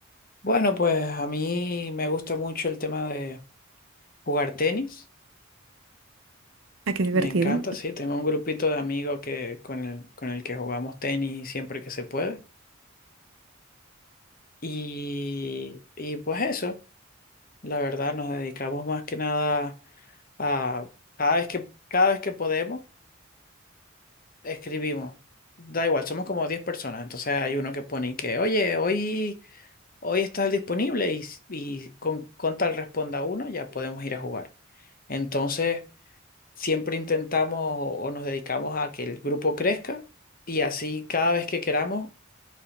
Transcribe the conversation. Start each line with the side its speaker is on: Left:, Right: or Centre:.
Left: Bueno, pues a mí me gusta mucho el tema de jugar tenis.
Right: Ah, qué divertido.
Left: Me encanta, sí. Tengo un grupito de amigos que, con el, con el que jugamos tenis siempre que se puede. Y, y pues eso, la verdad, nos dedicamos más que nada a cada vez que, cada vez que podemos, escribimos. Da igual, somos como 10 personas. Entonces hay uno que pone y que, oye, hoy, hoy estás disponible y, y con, con tal responda uno, ya podemos ir a jugar. Entonces. siempre intentamos o, o nos dedicamos a que el grupo crezca y así cada vez que queramos,